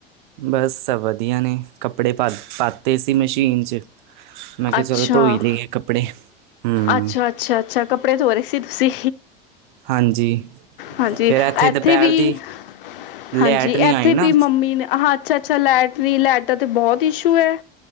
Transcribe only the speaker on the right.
ਬਸ ਸਭ ਵਧੀਆ ਨੇ ਕੱਪੜੇ ਪਾ ਪਾਤੇ ਸੀ ਮਸ਼ੀਨ ਚ। ਮੈਂ ਕਿਆ
ਚਲੋ ਧੋਈ ਲਈਏ ਕੱਪੜੇ ਹੂੰ।
ਹਾਂਜੀ।
ਫਿਰ ਇੱਥੇ
ਦੁਪਹਿਰ
ਦੀ ਲੈਟ
ਨਹੀਂ
ਆਈ ਨਾ